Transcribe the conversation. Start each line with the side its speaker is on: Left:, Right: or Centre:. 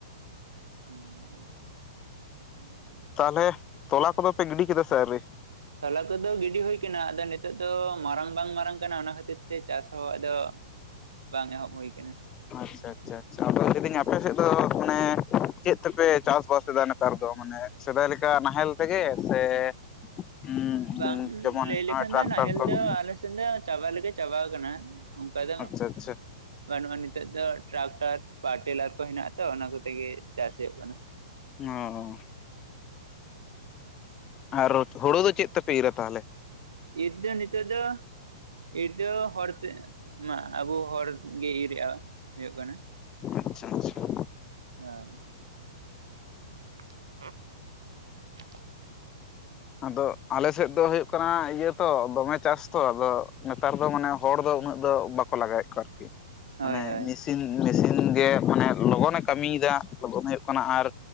Right: <unintelligible> <unintelligible>
Left: ᱛᱟᱦᱚᱞᱮ ᱛᱚᱞᱟ ᱠᱚᱫᱚ ᱯᱮ ᱜᱤᱰᱤ ᱠᱮᱫᱟ ᱥᱮ ᱟᱹᱣᱨᱤ
Right: ᱛᱚᱞᱟ ᱠᱚᱫᱚ ᱜᱤᱰᱤ ᱦᱩᱭ ᱠᱟᱱᱟ ᱟᱫᱚ ᱱᱤᱛᱚᱜ ᱫᱚ ᱢᱟᱨᱟᱝ ᱵᱟᱝ ᱢᱟᱨᱟᱝ ᱠᱟᱱᱟ ᱚᱱᱟ ᱠᱷᱟᱹᱛᱤᱨ ᱛᱮ ᱪᱟᱥ ᱦᱚᱸ ᱟᱫᱚ ᱵᱟᱝ ᱮᱦᱚᱵ ᱦᱩᱭ ᱟᱠᱟᱱᱟ
Left: ᱟᱪᱷᱟ ᱟᱪᱷᱟ ᱟᱪᱷᱟ ᱟᱫᱚ ᱞᱟᱹᱭᱫᱤᱧ ᱟᱯᱮᱥᱮᱫ ᱫᱚ ᱢᱟᱱᱮ ᱪᱮᱫ ᱛᱮᱯᱮ ᱪᱟᱥ-ᱵᱟᱥ ᱮᱫᱟ ᱱᱮᱛᱟᱨ ᱫᱚ ᱢᱟᱱᱮ ᱥᱮᱫᱟᱭ ᱞᱮᱠᱟ ᱱᱟᱦᱮᱞ ᱛᱮᱜᱮ ᱥᱮ <unintelligible>
Right: ᱵᱟᱝ
Left: ᱡᱮᱢᱚᱱ
Right: ᱞᱟᱹᱭ ᱞᱮᱠᱷᱟᱱ
Left: <unintelligible> ᱴᱨᱟᱠᱴᱟᱨ
Right: ᱫᱚ ᱱᱟᱦᱮᱞ
Left: ᱠᱚ <unintelligible>
Right: <unintelligible> ᱪᱟᱵᱟ ᱞᱮᱠᱟ ᱪᱟᱵᱟ ᱠᱟᱱᱟ ᱚᱱᱠᱟ ᱫᱚ
Left: ᱟᱪᱪᱷᱟ ᱟᱪᱪᱷᱟ
Right: <inaudible> ᱵᱟᱹᱱᱩᱜᱼᱟ ᱱᱤᱛᱚᱜ ᱫᱚ ᱴᱨᱟᱠᱴᱟᱨ <unintelligible> ᱴᱤᱞᱟᱨ ᱠᱚ ᱦᱮᱱᱟᱜᱼᱟ ᱛᱚ ᱚᱱᱟ ᱠᱚᱛᱮᱜᱮ ᱪᱟᱥ ᱦᱩᱭᱩᱜ ᱠᱟᱱᱟ
Left: <unintelligible> ᱟᱨ ᱦᱩᱲᱩ ᱫᱚ ᱪᱮᱫ ᱛᱮᱯᱮ ᱤᱻᱨᱟ ᱛᱟᱦᱚᱞᱮ
Right: ᱤᱻᱨ ᱫᱚ ᱱᱤᱛᱚᱜ ᱫᱚ ᱤᱻᱨ ᱫᱚ ᱦᱚᱲ ᱛᱮ <unintelligible> ᱢᱟ ᱟᱵᱚ ᱦᱚᱲ ᱜᱮ ᱤᱻᱨ ᱨᱮᱜᱼᱟ ᱦᱩᱭᱩᱜ ᱠᱟᱱᱟ <inaudible>
Left: ᱟᱪᱪᱷᱟ ᱟᱪᱪᱷᱟ
Right: ᱦᱳᱭ <inaudible>
Left: ᱟᱫᱚ ᱟᱞᱮ ᱥᱮᱫ ᱫᱚ ᱦᱩᱭᱩᱜ ᱠᱟᱱᱟ ᱤᱭᱟᱹ ᱛᱚ ᱫᱚᱢᱮ ᱪᱟᱥ ᱛᱚ ᱟᱫᱚ ᱱᱮᱛᱟᱨ ᱫᱚ ᱢᱟᱱᱮ ᱦᱚᱲ ᱫᱚ ᱩᱱᱟᱹᱜ ᱫᱚ ᱵᱟᱠᱚ ᱞᱟᱜᱟᱭᱮᱫ ᱠᱚᱣᱟ ᱟᱨᱠᱤ
Right: ᱦᱳᱭ
Left: ᱢᱟᱱᱮ
Right: ᱦᱳᱭ
Left: <unintelligible> <unintelligible> ᱢᱮᱥᱤᱱ ᱜᱮ ᱢᱟᱱᱮ ᱞᱚᱜᱚᱱ ᱮ ᱠᱟᱹᱢᱤᱭ ᱮᱫᱟ ᱞᱚᱜᱚᱱ ᱦᱩᱭᱩᱜ ᱠᱟᱱᱟ ᱟᱨ